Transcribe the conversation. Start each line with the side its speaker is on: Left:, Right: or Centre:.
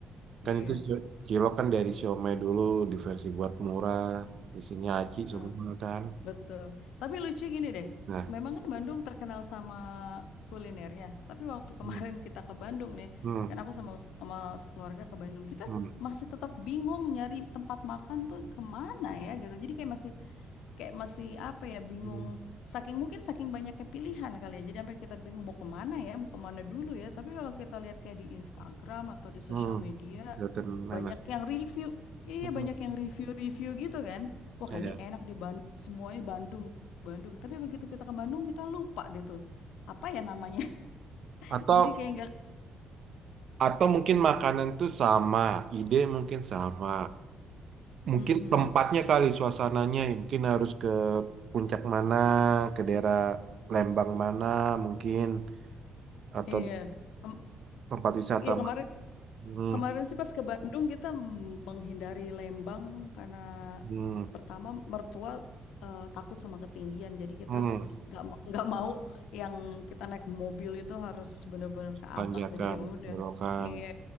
Right: kan
Left: Iya.
Right: itu sio- cilok kan dari siomay dulu diversi buat murah, isinya aci
Left: eh.
Right: semua kan.
Left: Betul. Tapi lucu gini deh.
Right: Nah,
Left: Memang kan Bandung terkenal sama kulinernya. Tapi waktu kemarin
Right: hmm,
Left: <laughs> kita ke Bandung nih,
Right: hmm,
Left: kan aku sama sama sekeluarga ke Bandung, kita
Right: hmm,
Left: masih tetap bingung nyari tempat makan tuh kemana ya gitu. Jadi kayak masih kayak masih apa ya bingung
Right: hmm,
Left: saking mungkin saking banyaknya pilihan kali ya jadi sampai kita bingung mau kemana ya mau kemana dulu ya tapi kalau kita lihat kayak di Instagram atau di
Right: hmm,
Left: sosial media
Right: kelihatan enak.
Left: banyak yang review iya
Right: Hmm,
Left: banyak yang review-review gitu kan wah
Right: ada.
Left: kayaknya enak di Bandung semuanya Bandung Bandung tapi begitu kita ke Bandung kita lupa deh tuh apa ya namanya <laughs>
Right: Atau
Left: jadi kayak nggak <laughs>
Right: atau mungkin makanan tuh sama, ide mungkin sama. Mungkin
Left: Mm-mm.
Right: tempatnya kali suasananya ya. Mungkin harus ke puncak mana, ke daerah Lembang mana mungkin atau
Left: iya Em,
Right: tempat wisata
Left: iya kemarin
Right: hmm,
Left: Kemarin sih pas ke Bandung kita menghindari Lembang karena
Right: hmm,
Left: pertama mertua eh, takut sama ketinggian jadi kita
Right: hmm,
Left: nggak ma- nggak mau yang kita naik mobil itu harus bener-bener ke
Right: Tanjakan,
Left: atas jadi ya udah
Right: belokan.
Left: iya